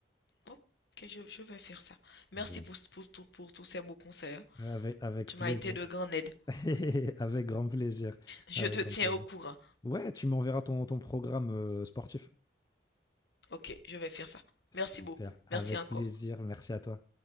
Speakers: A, on the left; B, on the left.
A: ok, je, je vais faire ça. Merci
B: Bon.
A: pour, pour, tout- pour tous ces beaux conseils. hein.
B: Avec, avec
A: Tu
B: plaisir.
A: m'as été de grande aide.
B: <laughs> Avec grand plaisir.
A: Je
B: Avec
A: te
B: grand
A: tiens
B: plaisir.
A: au courant.
B: Ouais, tu m'enverras ton, ton programme euh, sportif.
A: Ok, je vais faire ça.
B: Super.
A: Merci beaucoup.
B: Avec
A: Merci encore.
B: plaisir. Merci à toi.